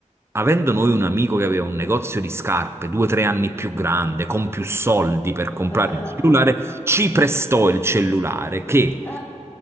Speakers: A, on the right; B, on the left.
A: avendo noi un amico che aveva un negozio di scarpe due o tre anni più grande, con più soldi per comprare
B: Eh,
A: un
B: eh,
A: cellulare,
B: eh.
A: ci prestò il cellulare che
B: Eh.